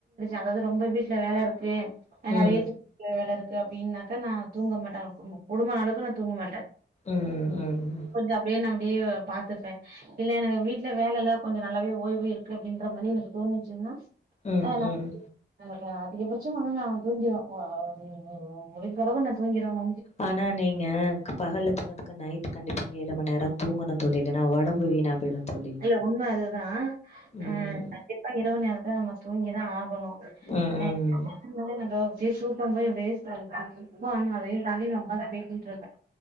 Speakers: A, on the right; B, on the left.
A: அதாவது ரொம்ப வீட்ல வேல இருக்கு
B: ம்
A: ஆ நெறைய <inaudible> வேல இருக் க்கு அப்டினாக்கா நா தூங்க மாட்டே <unintelligible> உடுமா அளவுக்கு நா தூங்க மாட்டே
B: ம் ம்
A: கொஞ்ச அப்டியே நம் அப்டியே பாத்த்ப்பே இல்ல எனக்கு வீட்ல வேல இல்ல கொஞ்ச நல்லாவே ஓய்வு இருக்கு அப்டின்ற மாரி எனக்கு தோணுச்சுன்னா
B: ம்
A: ஆ நா <unintelligible>
B: ம்
A: அதிகபச்சம் ஆனா நா தூங்கிருவ ஆ முடிஞ்சளவுக்கு நா தூங்கிருவ
B: ஆனா நீங்க பகல்ல தூங்கதுக்கு நைட் கண்டிப்பா ஏழு மணி நேர தூங்கணு தோழி இல்லனா உடம்பு வீணா போயிடு தோழி
A: இல்ல உண்மஅது தா
B: ம்
A: அ கண்டிப்பா இரவு நேரத்துல நம்ம தூங்கி தா ஆ கணு
B: ம்
A: <unintelligible>
B: ம்
A: <unintelligible> வேஸ்ட்டாகுது அதையு தாண்டி நா ஒக்காந்து பேசிட்ருக்கே